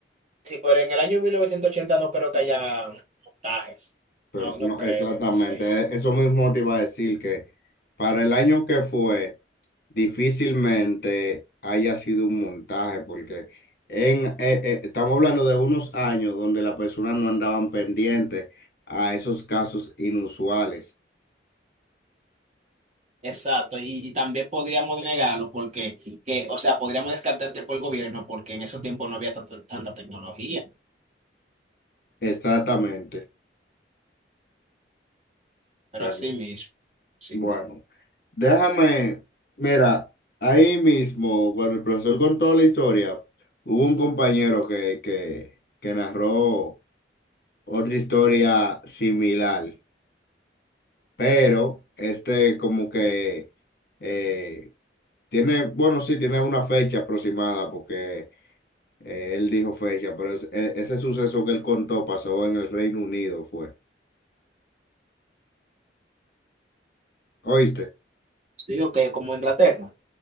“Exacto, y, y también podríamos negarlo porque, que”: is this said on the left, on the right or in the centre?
Right